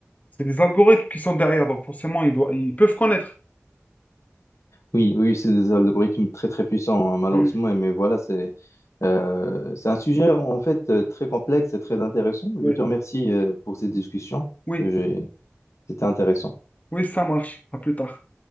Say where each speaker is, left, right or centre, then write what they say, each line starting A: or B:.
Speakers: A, on the left; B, on the left.
A: C'est des algorithmes qui sont derrière, donc forcément, ils doivent, ils peuvent connaître.
B: Oui, oui, c'est des algorithmes très, très puissants, hein, malheureusement.
A: Mm.
B: Mais voilà, c'est euh, c'est un sujet, en fait, euh, très complexe et très intéressant.
A: Oui,
B: Je te remercie, euh, pour cette discussion.
A: oui,
B: J'ai- C'était intéressant.
A: oui, ça marche. À plus tard.